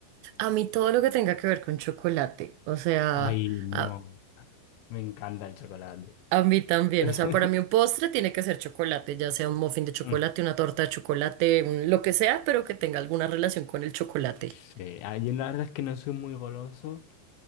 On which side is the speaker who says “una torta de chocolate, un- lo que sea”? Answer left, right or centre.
Right